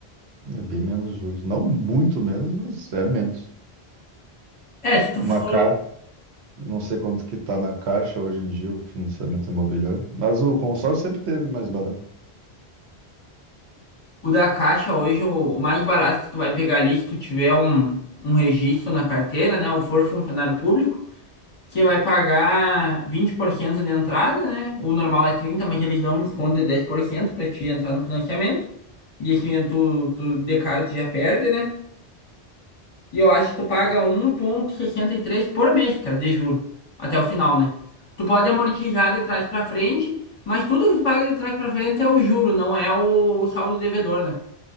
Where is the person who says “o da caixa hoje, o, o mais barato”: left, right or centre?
Left